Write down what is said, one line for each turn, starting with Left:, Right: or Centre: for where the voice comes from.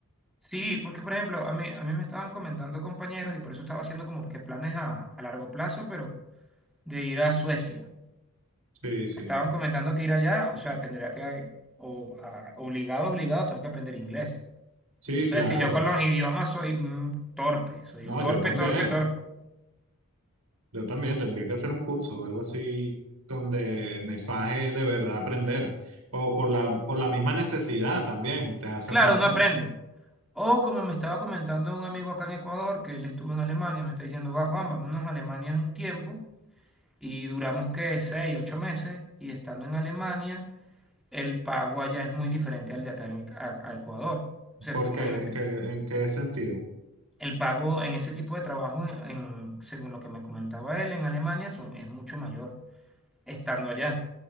Centre: sí, porque por ejemplo, a mí, a mí me estaban comentando compañeros y por eso estaba haciendo como que planes a, a largo plazo, pero de ir a Suecia.
Right: Sí, sí.
Centre: Me estaban comentando que ir allá, o sea, tendría que, o, a- obligado, obligado, tengo que aprender inglés.
Right: Sí,
Centre: Y tú sabes
Right: claro.
Centre: que yo con los idiomas soy mm, torpe, soy
Right: No,
Centre: torpe,
Right: yo también.
Centre: torpe, torpe.
Right: Yo también tendría que hacer un curso o algo así donde me faje de verdad aprender. O por la, por la misma necesidad también te hace
Centre: Claro,
Right: aprender.
Centre: uno aprende. O como me estaba comentando un amigo acá en Ecuador, que él estuvo en Alemania, me está diciendo, va Juan, vámonos a Alemania un tiempo. Y duramos que seis, ocho meses. Y estando en Alemania, el pago allá es muy diferente al de acá en, a, a Ecuador. O sea,
Right: ¿Por
Centre: si imagínate,
Right: qué? ¿En qué, en qué sentido?
Centre: el pago en ese tipo de trabajo, en- en- según lo que me comentaba él, en Alemania son, es mucho mayor. estando allá.